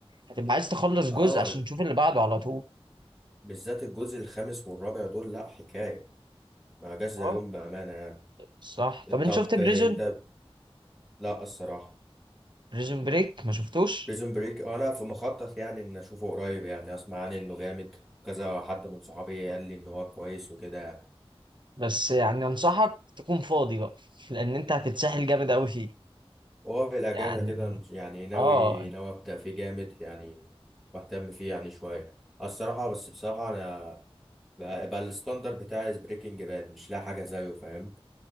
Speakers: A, on the right; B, in the centre.
A: هتبقى عايز تخلص
B: اه
A: جزء عشان تشوف اللي بعده على طول
B: بالذات الجزء الخامس والرابع دول لا حكاية ما جاش زيهم
A: اه
B: بأمانة يعني
A: صح طب أنت
B: طب
A: شفت بريزون
B: انت لا الصراحة
A: بريزون بريك ما شفتوش
B: بريزون بريك انا في مخطط يعني ان اشوفه قريب يعني اسمع عنه انه جامد كذا حد من صحابي قال لي ان هو كويس وكده
A: بس يعني أنصحك تكون فاضي بقى لأن أنت هتتسحل جامد قوي فيه
B: وهو بالاجازه
A: يعني
B: كده يعني ناوي
A: اه
B: ناوي ابدا فيه جامد يعني واهتم فيه يعني شويه الصراحه بس بصراحه انا بقى بقى الستاندر بتاعي بريكنج باد مش لاقي حاجه زيه فاهم